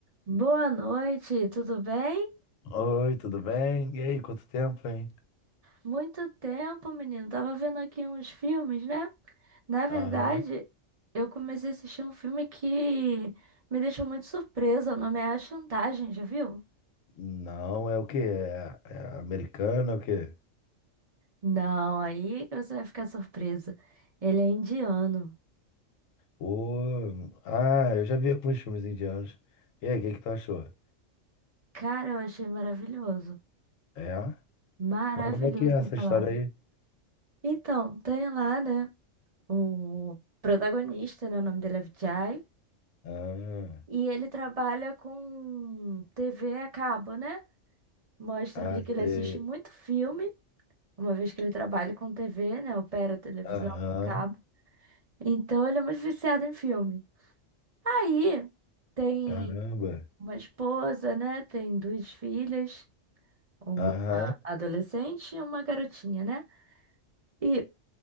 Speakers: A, on the right; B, on the left.
A: Boa noite, tudo bem?
B: Oi, tudo bem? E aí, quanto tempo, hein?
A: Muito tempo, menino. Tava vendo aqui uns filmes, né? Na verdade,
B: Aham.
A: eu comecei a assistir um filme que me deixou muito surpresa. O nome é A Chantagem, já viu?
B: Não, é o quê? É, é americano, é o quê?
A: Não, aí que você vai ficar surpresa. Ele é indiano.
B: Ô, Ah, eu já vi alguns filmes indianos. E aí, o que que tu achou?
A: Cara, eu achei maravilhoso.
B: É?
A: Maravilhoso
B: Mas como é que é essa
A: a palavra.
B: história aí?
A: Então, tem lá, né? O protagonista, né? O nome dele é Vijay.
B: Ah,
A: E ele trabalha com TV a cabo, né? Mostra
B: ah,
A: ali que ele
B: sei.
A: assiste muito filme, uma vez que ele trabalha com TV, né? Opera televisão,
B: Aham.
A: cabo. Então ele é muito viciado em filme. Aí tem
B: Caramba.
A: uma esposa, né? Tem duas filhas, uma
B: Aham.
A: adolescente e uma garotinha, né? E